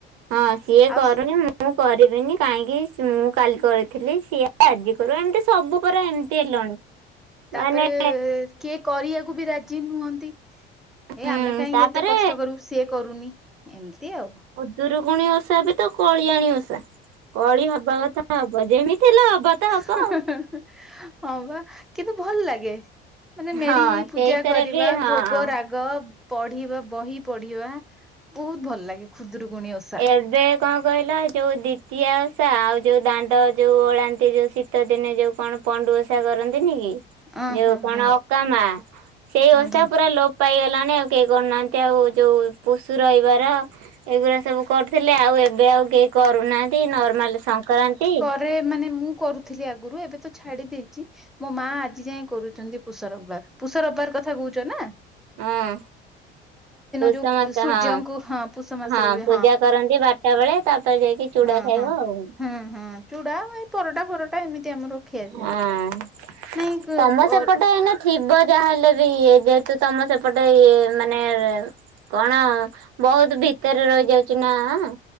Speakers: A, on the right; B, in the centre.
A: ହଁ ସିଏ
B: ଆଉ
A: କରୁନି ମୁଁ କରିବିନି କାହିଁକି ସି ମୁଁ କାଲି କରିଥିଲି ସିଏ ଆ ଆଜି କରୁ ଏମତି ସବୁ ପରେ ଏମତି ଏଲଣି
B: ତାପରେ
A: ମାନେ
B: କିଏ କରିବାକୁ ବି ରାଜି ନୁହନ୍ତି। ଏ
A: ହୁଁ
B: ଆମେ କାହିଁକି
A: ତାପରେ
B: ଏତେ କଷ୍ଟ କରୁବୁ ସି ସିଏ କରୁନି ଏମତି ଆଉ
A: ଖୁଦୁରୁକୁଣୀ ଓଷା ବିତ କଳିଆଣି ଓଷା। କଳି ହବା କଥା ହବ ଯେମିତି ହେଲେ ହବ। ତ
B: ହଁ
A: ଆଉ।
B: ବା କିନ୍ତୁ ଭଲ ଲାଗେ। ମାନେ ମେଳି
A: ହଁ
B: ହେଇ ପୂଜା
A: ସେଇଥିରେ
B: କରିବା
A: ବି ହଁ।
B: ଭୋଗ ରା ଗ ପଢିବା ବହି ପଢିବା ବହୁତ ଭଲ ଲାଗେ ଖୁଦୁରୁକୁୁଣୀ ଓଷା।
A: ଏବେ କଣ କହିଲ ଯୋଉ ଦ୍ଵିତୀୟ ଓଷା ଆଉ ଯୋଉ ଦାଣ୍ଡ ଯୋଉ ଓଳାନ୍ତି ଯୋଉ ଶୀ ଶୀତ ଦିନେ ଯୋଉ କଣ ପଣ୍ଡୁଓଷା କରନ୍ତିନି କି?
B: ଅଁ
A: ଯୋଉ
B: ହଁ
A: କଣ
B: ହଁ
A: ଅକା ମା, ସେଇ
B: ହଁ
A: ଓଷା
B: ହଁ।
A: ପୁରା ଲୋ ପାଇଗଲାଣି ଆଉ କେଇ କରନାଆନ୍ତି ଆଉ ଯୋଉ ପୁଷୁ ରଇବାର ଦ ଏଗୁରା ସବୁ କରୁଥିଲେ, ଆଉ ଏବେ ଆଉ କେହି କରୁନାହାନ୍ତି ନର୍ମାଲ ସଂକ୍ରାନ୍ତି।
B: ରେ ମାନେ ମୁଁ କରୁଥିଲି ଆଗରୁ ଏବେ ତ ଛାଡି ଦେଇଚି। ମୋ ମା ଆଜି ଯାଏଁ କରୁଚନ୍ତି ପୁଷ ରବବାର। ପୁଷ ରବବାର କଥା କହୁଚ ନାଁ?
A: ଅଁ ପୁଷମାସ
B: ଯୋଉ ସୂର୍ଯ୍ୟଙ୍କୁ
A: ହଁ।
B: ହଁ ପୁଷ ମାସରେ
A: ହଁ
B: ହୁଏ
A: ପୂଜା କରନ୍ତି ବାରଟା ବେଳେ, ତାପରେ ଯାଇକି ଚୁଡା
B: ହଁ
A: ଖାଇବ
B: ହଁ
A: ଆଉ।
B: ହଁ ହଁ ଚୁଡା ଏଇ ପରଟା ଫରଟା ଏମିତି ଆମର ଖିଆଯାଏ।
A: ହଁ
B: ନାଇଁ କ
A: ତମ
B: କର
A: ସେପଟେ ଏଇନା ଥିବ ଯାହାହେଲେ ବି ଇଏ ଯେହେତୁ ତମ ସେପଟେ ଇଏ ମାନେ ଏ କଣ ବୋହୁତ୍ ଭିତରେ ରହିଯାଉଚି ନାଆଁ।